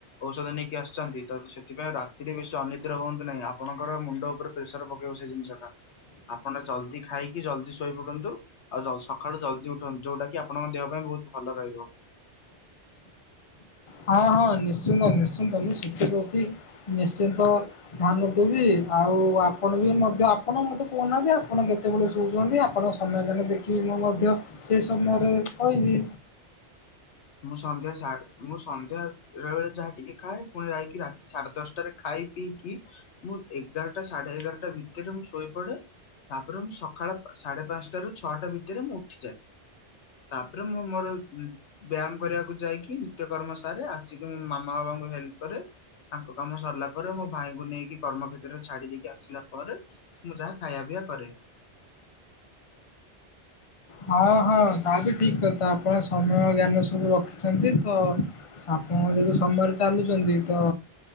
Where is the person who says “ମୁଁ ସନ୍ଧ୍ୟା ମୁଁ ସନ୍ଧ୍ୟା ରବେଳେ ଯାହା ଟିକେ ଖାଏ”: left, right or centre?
Left